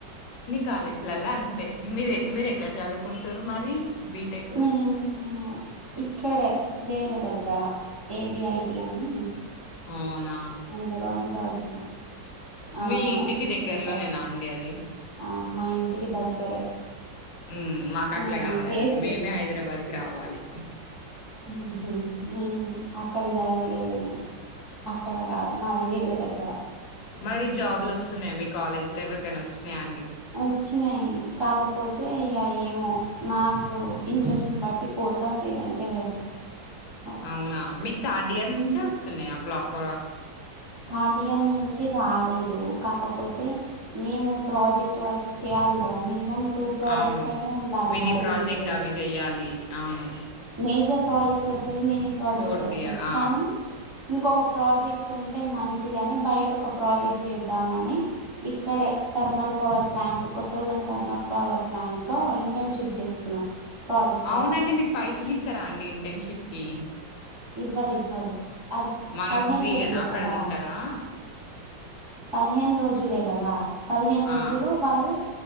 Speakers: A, on the left; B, on the right.
A: కాలేజీలాల్ల అంతే మీది మీరు ఎక్కడ చదువుకుంటురు మరి బీటేక్
B: మేము ఇక్కడే వేరే దగ్గర ఏ బి ఐ టి అని
A: అవునా
B: అందలోనే చదువుతున్నా ఆ
A: మీ ఇంటికి
B: బీటెక్
A: దగ్గరలోనేనా
B: సైడ్
A: అండి అది
B: ఆ మా ఇంటికి దగ్గరే
A: ఉమ్ మాకు అట్లా
B: మేము
A: కాదండి
B: బేస్
A: మేమే హైదరాబాద్కి రావాలి.
B: ఉహు ఉ అక్కడ చదవలేదు నేను అక్కడ కాదు మాది వేరే దగ్గర
A: మరి జాబ్లు ఒస్తున్నాయ మీ కాలేజ్ లో ఎవరికైనా ఒచ్చినాయా అండి
B: ఓచ్చినాయి కాకపోతే ఇగా ఏమో మాకు ఇంట్రెస్ట్ని బట్టి పో పోతాం లేదంటె వెళ్ళాం అది
A: అవునా, మీకు థర్డ్ ఇయర్ నుంచే వస్తున్నాయ ఫ్లాప్
B: థర్డ్ ఇయర్ నుంచి రాలేదు కాకపోతే మేము ప్రాజెక్ట్ వర్క్స్ చేయాలి కదా, మినిమం టూ ప్రాజెక్ట్స్
A: అవును
B: అయినా ఉండాలి
A: మినీ
B: మా రేజివోలో
A: ప్రాజెక్ట్ అవి చెయ్యాలి అవును
B: మేజర్ ప్రాజెక్ట్ ఒస్తాది మినీ ప్రాజెక్ట్
A: ఫోర్త్
B: ఒస్తాది
A: ఇయర్ ఆ
B: కానీ ఇంకొక ప్రాజెక్ట్ ఉంటే మంచిదనీ బయట ఒక ప్రాజెక్ట్ చేద్దామని ఇక్కడే thermal power plant Kothagudem thermal power plant లో ఇంటర్న్షిప్ చేస్తున్నాం ప్రాజెక్ట్
A: అవునండి
B: వర్క్ కోసం
A: మీకు పైసలు ఇస్తారా అండి ఇంటర్న్షిప్ కి
B: ఇవ్వ ఇవ్వరు అది
A: మనం
B: పదిహేను
A: ఫ్రీగానా
B: రోజులే
A: అక్కడ
B: కదా
A: ఉంటారా
B: పదిహేను రోజులే కదా, పదిహేను రోజులు
A: ఆ
B: వాళ్ళు